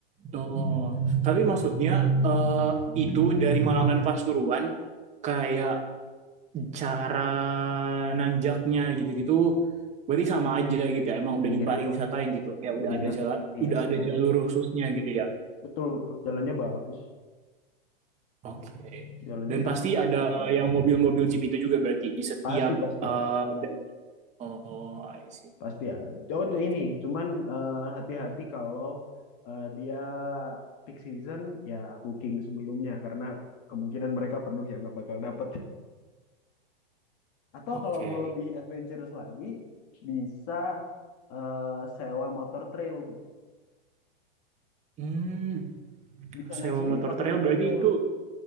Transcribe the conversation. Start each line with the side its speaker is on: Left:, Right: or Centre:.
Right: oh. Tapi maksudnya eh, itu dari Malang dan Pasuruan kayak cara nanjaknya gitu-gitu berarti sama aja gitu ya. Emang udah
Left: Mirip
Right: dipariwisatain
Left: lah.
Right: gitu. Kayak udah
Left: Iya,
Right: ada jalan,
Left: mirip.
Right: udah ada
Left: Heeh.
Right: jalur khususnya gitu ya.
Left: Betul, betul. Jalannya bagus.
Right: Oke.
Left: jalannya
Right: Dan
Left: bagus.
Right: pasti ada yang mobil-mobil Jeep itu juga berarti di setiap
Left: Pasti pasti
Right: uh,
Left: ada,
Right: da- oh, I see.
Left: pasti ada. Oh,
Right: Oke.
Left: ini, cuman eh, hati-hati kalau eh, dia peak season ya booking sebelumnya karena kemungkinan mereka penuh ya nggak bakal dapet. <laughs> Atau
Right: Oke.
Left: kalau mau lebih adventurous lagi bisa eh, sewa motor trail tuh.
Right: Hmm,
Left: Bisa
Right: sewa
Left: naik sendiri
Right: motor
Left: pakai
Right: trail
Left: motor
Right: berarti
Left: trail.
Right: itu